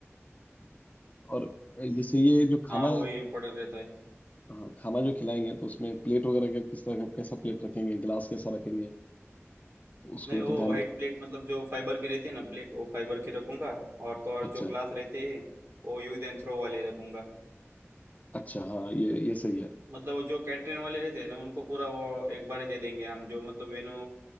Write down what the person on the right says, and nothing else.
हाँ वही इम्पोर्टेंट रहता है
नहीं
वो
व्हाइट प्लेट मतलब जो फाइबर की रहती है ना प्लेट वो फाइबर की रखूंगा और तो और
जो ग्लास रहते हैं वो यूज एंड थ्रो वाले रखूंगा
मतलब वो जो कैटरिंग वाले रहते हैं ना उनको पूरा वो एक बार ही दे देंगे हम जो मतलब वेन्यू